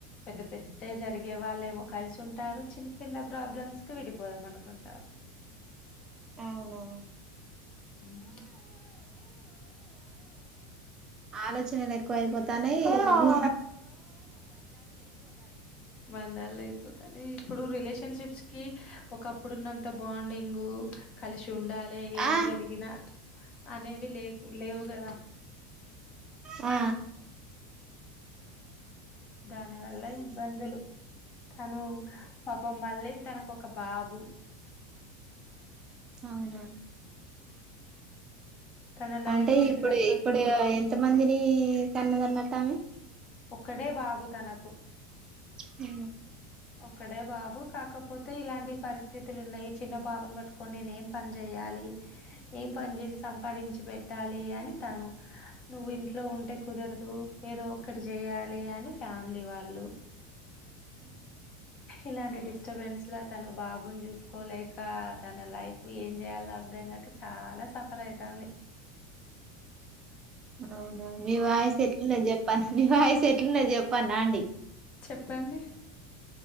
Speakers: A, on the left; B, on the right.
A: పెద్ద పెద్ద జరిగే వాళ్ళేమో కలిసి ఉంటారు చిన్న చిన్న ప్రాబ్లమ్స్ కు విడిపోదాం అనుకుంటారు
B: అవునా
A: ఆ
B: ఆలోచనలు ఎక్కువ అయిపోతానాయి అవు
A: బంధాలు తెగిపోతున్నాయ్ ఇప్పుడు రిలేషన్షిప్స్ కి ఒక్కప్పుడు ఉన్నంత బాండింగ్ ఉండాలి ఏం
B: ఆ
A: జరిగినా అనే అవి లే లేవుగద
B: ఆ
A: దాని వల్ల ఇబ్బందులు తను పాపం వల్లే తనకు ఒక బాబు
B: అవునా
A: తన లైఫ్
B: అంటే
A: చిన్నప్ప
B: ఇప్పుడు ఇప్పుడు ఎంత మందిని కన్నదన్న తామ
A: ఒక్కడే బాబు తనకు
B: ఆ
A: ఒకక్కడే బాబు కాకపోతే ఇలాంటి పరిస్థితులు ఉన్నాయి చిన్న బాబుని పట్టుకొని నేను ఏం పని చెయాలి ఏం పని చేసి సంపాదించి పెట్టాలి అని తను నువ్వు ఇంట్లో ఉంటే కుదరదు ఏదో ఇక్కడ చెయాలి అని ఫ్యామిలీ వాళ్ళు ఇలాంటి డిస్టర్బెన్స్ లా తను బాబుని చూసుకోలేక ఇంకా తన లైఫ్ ఏం చేయలో అర్థంంగాక చాలా సఫర్ అయితుంది
B: అవునా మీ వాయిస్ ఎట్లుంటే చొప్పల్న నీ వాయిస్ ఎట్లుండ చే పనాండి
A: చెప్పండి